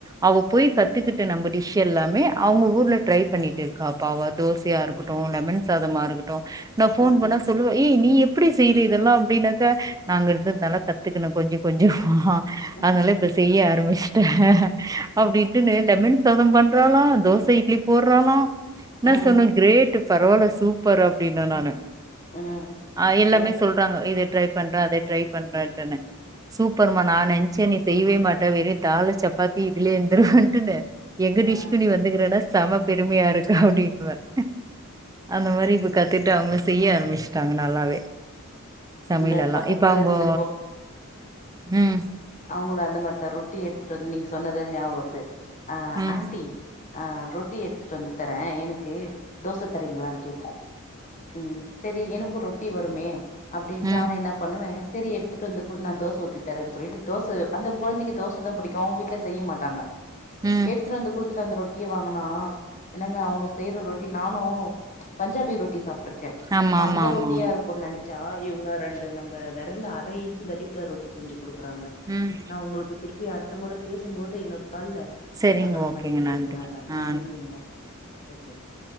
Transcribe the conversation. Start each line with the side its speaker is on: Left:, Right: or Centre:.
Right: அவ போய் கத்துக்கிட்டு நம்ப டிஷ் எல்லாமே அவ்ங்க ஊர்ல ட்ரை பண்ணிட்டு இருக் காப்பா அவ தோ சையா இருக்கட்டு லெமன் சாதமா இருக்கட்டு நா ஃபோன்
Left: ம்
Right: பண்ணா சொல்லுவே ஏ நீ எ எப்டி செய்து இதெல்லா அப்டின்னாக்கா நாங்க இருந்துந்தால கத்துக்குணொ கொஞ்ச கொஞ்ச
Left: ஆனா
Right: அதனால இப்ப செய்ய ஆரம்பிச்சுட்டே அப்டின்ட்டுனு லெமன் சாதம் பண்றாலா தோச இட்லி போர்றாலா
Left: ம்
Right: நா சொன்ன கிரேட்டு பரவால்ல சூப்பர் அப்டின்ன நானு
Left: ம்
Right: ஆ எல்லாமே
Left: எ
Right: சொல்றாங்க இத ட்ரை பண்றன் அதேய் ட்ரை பண்றேன்ட்டுனு சூப்பர்மா நா நென்ச்சன் நீ செய்யவே மாட்ட வெறும் தாலு சப்பாத்தி இதுலயே இருந்துருரவன்ட்டுனு எங்க
Left: ஆ
Right: டிஷ்க்கு நீ வந்துக்கிறேன்னா செம பெருமையா இருக்கு அப்டின்னுவன் அந்த மாரி கத்துட்டு அவங்களு செய்ய ஆரம்பிச்சுட்டாங்க நல்லாவே சமையல்
Left: இந்த
Right: எல்லா
Left: பக்கத்துல
Right: இப்ப அங்கோ
Left: இருந்த
Right: ம்
Left: அவ்ங்களு அந்த மாரிதா ரொட்டி எடுத்துட்டு வந்து நீங்க சொன்னது ஞாபகொ வருது ஆ
Right: ம்
Left: ஆண்ட்டி ஆ ரொட்டி எடுத்துட்டு வந்து தரே எனக்கு தோச தரீங்களான் கேக்கு ம் செரி எனக்கு ரொட்டி வருமே அப்டின்ட்டு
Right: ம்
Left: நானும் என்ன பண்ணுவேன் செரி எடுத்துட்டு வந்து குடு நா தோ ஊத்தித் தரேன்னு சொல்லிட்டு தோச அந்த கொழந்தைக்கு தோச தா புடிக்கு அவ்ங்க வீட்ல செய்ய மாட்டாங்க
Right: ம்
Left: எடுத்துட்டு வந்து குடுத்துட்டு அந்த ரொட்டிய வாங்குனா என்னங்க அவங்க செய்ற ரொட்டி நானும் பஞ்சாபி ரொட்டி சாப்பிட்டுருக்கேன்
Right: ஆமா
Left: நான்
Right: ஆமா
Left: அந்த
Right: ஆமா
Left: ரொட்டியா
Right: ஆமா
Left: இருக் குன்னு நெனைச்சா இவுங்க ரெண்டு நம்ப விரல்ல அர இன்ச்சு தடுப்புல ரொட்டி செஞ்சு குடுக்குறாங்க
Right: ம்
Left: நான் உங்களுக்கு திருப்பி அடுத்த முற பேசும் போது இன்னொரு கால்ல
Right: சரிங்க
Left: நம்ப அது
Right: ஓகேங்க
Left: மாரி பேசுறாங்க
Right: நன்றி ஆ
Left: நன்றிங்க வைக்கிறேன்